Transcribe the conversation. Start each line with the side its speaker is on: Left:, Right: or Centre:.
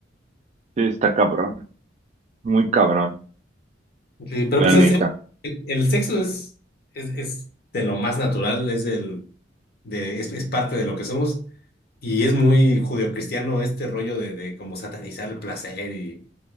Right: Sí, está cabrón. Muy cabrón,
Left: Sí, pero
Right: la
Left: pues
Right: neta.
Left: es- el, el sexo es, es, es de lo más natural, es, del, de, es, es parte de lo que somos y es muy judeocristiano este rollo de, de como satanizar el placer y,